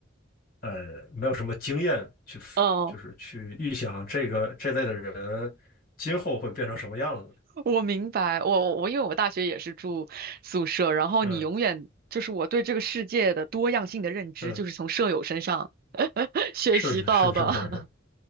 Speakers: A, on the left; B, on the right.
A: 呃，没有什么经验去 f-
B: 哦，
A: 就是去预想这个这类的人今后会变成什么样子。
B: 我明白，我我因为我大学也是住宿舍，然后你永远就是我对这个世界的多样性的认知，
A: 嗯嗯，
B: 就是从舍友身上 <laughs> 学习到的，
A: 是是是是是，是